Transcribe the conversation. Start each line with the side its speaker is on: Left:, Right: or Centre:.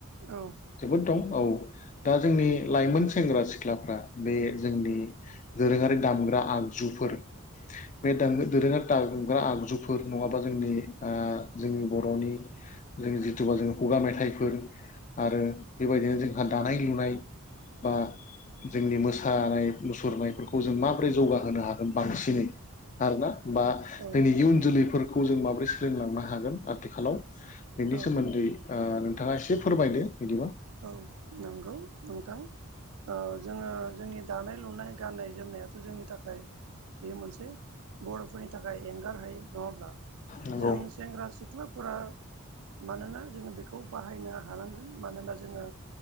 Right: औ
Left: जोबोद दं औ दा जोंनि लाइमोन सेंग्रा सिख्लाफ्रा बे जोंनि दोरोंङारि दामग्रा आगजुफोर बे दो दोरोङारि दामग्रा आगजुफोर नङाबा जोंनि ओ जोंनि बर'नि जों जिथुबा जों खुगा मेथाइफोर आरो बेबायदिनो जोंहा दानाय-लुनाय बा जोंनि मोसानाय मुसुरनायफोर खौ जों माबोरै जौगाहोनो हागोन बांसिनै आरोना बा
Right: औ
Left: जोंनि इउन जोलैफोर खौ जों माबोरै सोलोंलांनो हागोन आथिखालाव बेनि
Right: औ
Left: सोमोन्दै ओ नोंथाङा एसे फोरमायदो बिदिबा
Right: औ नोंगौ नोंथां ओ जोङो जोंनि दानाय लुनाय गाननाय जोमनायाथ' जोंनि थाखाय बेयो मोनसे बर'फोरनि थाखाय एंगार हायै नङाब्ला
Left: नंगौ
Right: जों सेंग्रा सि ख्लाफोरा मानोना जोङो बेखौ बाहायनो हानांगोन मानोना जोङो